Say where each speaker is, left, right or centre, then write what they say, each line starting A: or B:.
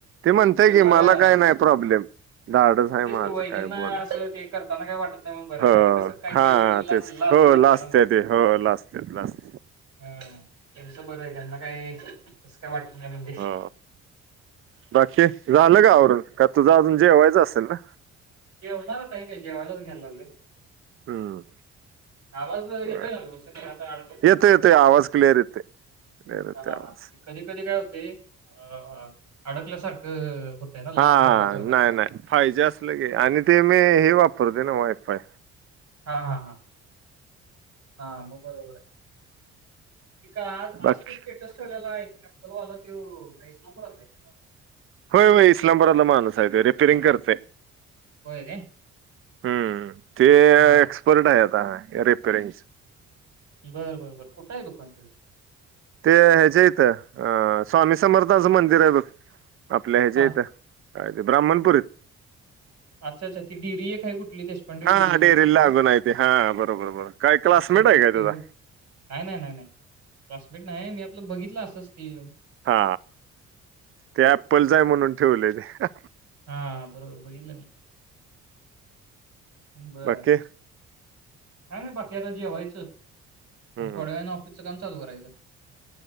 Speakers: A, on the right; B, on the right.
A: ते म्हणतेय की
B: बरं
A: मला
B: आहे.
A: काय नाही प्रॉब्लेम. धाडच आहे
B: तेच
A: माझं
B: कि वहिणींना
A: काय बोला
B: असं ते करताना काय वाटत नाही मग बरं
A: हो
B: नाही आता कस काही
A: हा
B: काही वेळ ला
A: तेच
B: लाजलं
A: हो
B: जातय
A: लास्ट
B: ना मग.
A: आहे ते हो लास्ट आहेत लास्ट
B: ह त्यांच बरं आहे त्यांना काय तस काय वाटत नाही म्हणजे.
A: हो बाकी झालं का आवरून का तुझं अजून जेवायचं असेल ना?
B: जेवणार काही काय जेवायलाच घ्याय लागलोय.
A: हम!
B: आवाज
A: ह
B: येतोय ना व्यवस्थित पण असा अडकत नाही.
A: येतो येतो आवाज क्लिअर येते येते
B: हां,
A: आवाज.
B: कधी कधी काय होते अ अडकल्यासारखं ना लांब
A: हा हा
B: मोबाईल ठेवला
A: नाही
B: की.
A: नाही फायजे असलं गी, आणि ते मी हे वापरते ना वायफाय.
B: हा हा हा हा, म बरोबर आहे. त का आज
A: बाकी
B: आज ते स्टेटस ठेवलेला आहे ॲपलवाला तेव काय इस्लामपुरातला आहे.
A: होय होय
B: मोबाईलवाला.
A: इस्लामपुरातला माणूस साहेब त्यो रिपेरिंग करते.
B: होय काय?
A: हम्म! ते
B: हां,
A: एक्सपर्ट आहे आता रिपेरिंग.
B: बरं बरं बरं, कुठं आहे दुकान?
A: ते ह्याच्या यथं अ स्वामी समर्थाचं मंदिर आहे बघ. आपल्या ह्याच्या
B: हां,
A: यथं काय ते ब्राह्मण पुरीत.
B: अच्छा, अच्छा. ती डेअरी एक आहे कुठली देशपांडे
A: हा
B: डेअरी
A: डेअरीला
B: वगैरे
A: डेअरीला
B: तिथं काय?
A: लागून आहे ते, बरोबर बरोबर! काय क्लासमेट
B: अच्छा
A: आहे
B: तिथं
A: काय तुझा.
B: होय. नाही नाही नाही नाही, क्लासमेट नाही मी आपलं बघितलं असच ती
A: हा ते अप्पलच आहे म्हणून ठेवलंय ते.
B: हा बरोबर बघितल मी. बर!
A: बाकी
B: सांग ना बाकी आता जेवायचं
A: हम्म.
B: आणि थोड्या वेळाने ऑफिसचं काम चालू करायचं.